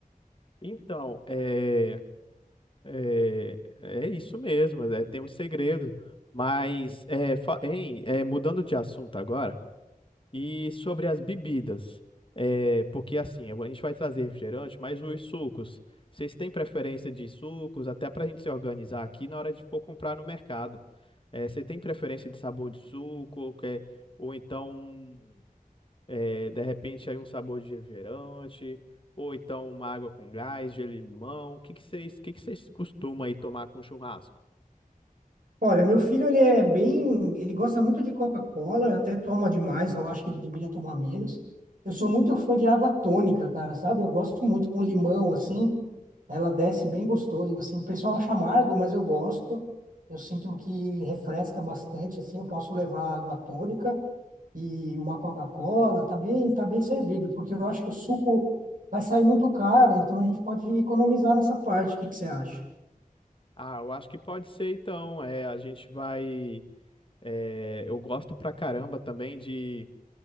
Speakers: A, on the left; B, on the right.
A: Então, é, é, é isso mesmo, é, tem um segredo. Mas, é, fa- hein, é, mudando de assunto agora. E sobre as bebidas, é, porque assim, eu- a gente vai trazer refrigerante, mas os sucos, vocês têm preferência de sucos, até para a gente se organizar aqui na hora de for comprar no mercado. É, você tem preferência de sabor de suco, ou, quer- ou então, é, de repente, aí um sabor de refrigerante, ou então uma água com gás, de limão. O que que vocês, que que vocês costumam aí tomar com churrasco?
B: Olha, meu filho, ele é bem, ele gosta muito de Coca-Cola, até toma demais, eu acho que ele deveria tomar menos. Eu sou muito fã de água tônica, cara, sabe? Eu gosto muito com limão, assim, ela desce bem gostoso, assim, o pessoal acha amargo, mas eu gosto. Eu sinto que refresca bastante, assim, eu posso levar água tônica e uma Coca-Cola, tá bem, tá bem servido, porque eu acho que o suco vai sair muito caro, então a gente pode economizar nessa parte, o que que você acha?
A: Ah, eu acho que pode ser então. É, a gente vai. É, eu gosto pra caramba também de